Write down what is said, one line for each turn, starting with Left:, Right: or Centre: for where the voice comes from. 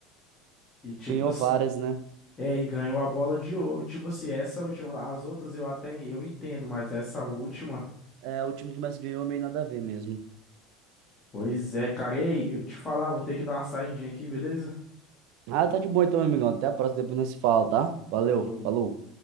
Left: E, tipo,
Right: Ganhou
Left: assim,
Right: várias, né?
Left: é, e ganhou a bola de ouro. Tipo assim, essa última. As outras eu até eu entendo, mas essa última.
Right: É, o time que o Messi ganhou meio nada a ver mesmo.
Left: Pois é, cara. Ei, eu te falar, vou ter que dar uma saidinha aqui, beleza?
Right: Ah, tá de boa então, meu amigão. Até a próxima, depois nós se fala, tá? Valeu,
Left: Falou.
Right: falou.